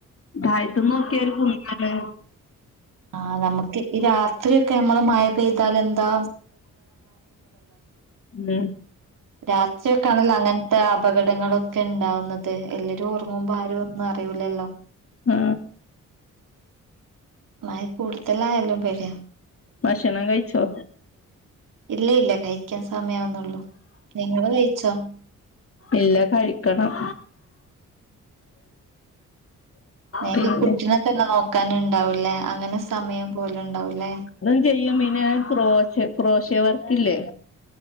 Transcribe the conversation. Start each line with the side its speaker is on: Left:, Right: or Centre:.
Left: തായത്ത് നോക്കിയ ഒരു കുന്നാണ്
Right: ആ നമുക്ക് ഈ രാത്രിയൊക്കെ നമ്മള് മഴ പെയ്താൽ എന്താ
Left: ഉം
Right: രാത്രിയക്കെ ആണെല്ലോ അങ്ങനത്തെ അപകടങ്ങളൊക്കെ ഉണ്ടാവുന്നത്. അതെ എല്ലരും ഒർങ്ങുമ്പോ ആരും ഒന്നും അറിയൂല്ലല്ലോ
Left: ആ
Right: മഴ കൂടുതല ആയാലും പേടിയാ
Left: ബഷണം കഴിച്ചോ?
Right: ഇല്ല ഇല്ല കഴിക്കാൻ സമയവുന്നുള്ളൂ നിങ്ങള് കഴിച്ചോ
Left: ഇല്ല കഴിക്കണം.
Right: നിക്ക്
Left: പിന്നെ
Right: കുട്ടിനെക്കെ നോക്കാന്ണ്ടാവുലേ അങ്ങനെ സമയം പോല്ണ്ടാവൂലേ
Left: അതും ചെയ്യും പിന്നെ ക്രോശ ക്രോശേവർക്കല്ലേ